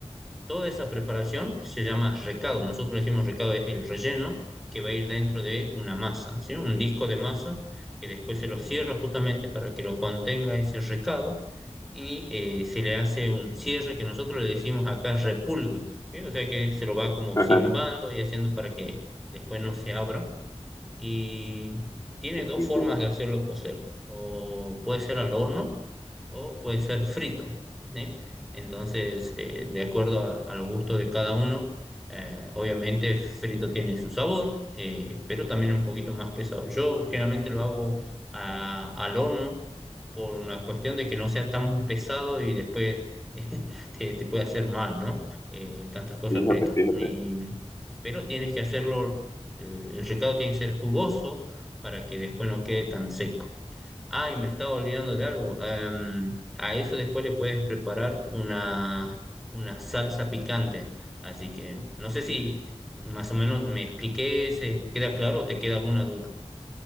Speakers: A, in the centre; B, on the left.
A: Toda esa preparación se llama recado. Nosotros le decimos recado, es el relleno que va a ir dentro de una masa, ¿sí? Un disco de masa que después se lo cierra justamente para que lo contenga ese recado y eh, se le hace un cierre que nosotros le decimos acá repulgue, ¿sí? O sea que se lo va como
B: <laughs>
A: cimbando y haciendo para que después no se abra. Y tiene dos
B: Entiendo.
A: formas de hacerlo cocer. O puede ser al horno o puede ser frito, ¿sí? Entonces, eh, de acuerdo a- al gusto de cada uno, eh, obviamente frito tiene su sabor, eh, pero también un poquito más pesado. Yo generalmente lo hago a- al horno por una cuestión de que no sea tan pesado y después <laughs> te, te puede hacer mal, ¿no? Eh, tantas cosas
B: Fíjate,
A: fritas.
B: fíjate.
A: Y- pero tienes que hacerlo, eh, el recado tiene que ser jugoso para que después no quede tan seco. Ay, me estaba olvidando de algo. Em, a eso después le puedes preparar una, una salsa picante. Así que no sé si si más o menos me expliqué, se queda claro o te queda alguna duda.